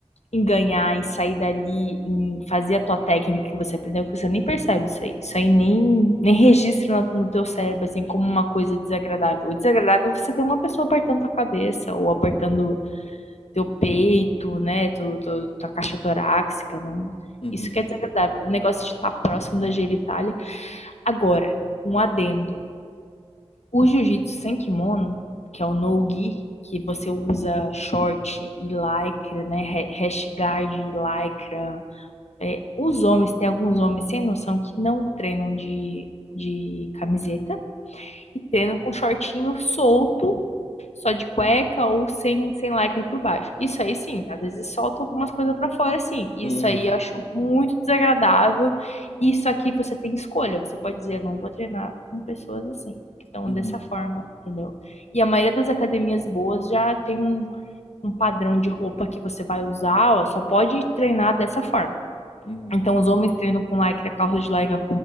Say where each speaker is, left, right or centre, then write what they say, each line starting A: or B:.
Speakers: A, on the left; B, on the left.
A: em ganhar, em sair dali, em fazer a tua técnica que você aprendeu, que você nem percebe isso aí. Isso aí nem, nem registra no, no teu cérebro, assim, como uma coisa desagradável. O desagradável é você ter uma pessoa apertando tua cabeça ou apertando teu peito, né? Tu, tu- tua caixa torácica. Não...
B: Uhum.
A: Isso que é desagradável. O negócio de estar próximo da genitália. Agora, um adendo. O jiu-jitsu sem kimono, que é o no-gi, que você usa short e lycra, né? ha- Rash guard e lycra. É, os homens, tem alguns homens sem noção que não treinam de, de camiseta e treinam com shortinho solto só de cueca ou sem, sem lycra por baixo. Isso aí sim, às vezes solta algumas coisas pra fora, sim. Isso
B: Uhum.
A: aí eu acho muito desagradável. Isso aqui você tem escolha, você pode dizer, não vou treinar com pessoas assim, que estão
B: Uhum,
A: dessa forma, entendeu? E a maioria das academias boas já tem um, um padrão de roupa que você vai usar, ó, só pode treinar dessa forma.
B: uhum,
A: Então, os homens treinam com lycra, calça de lycra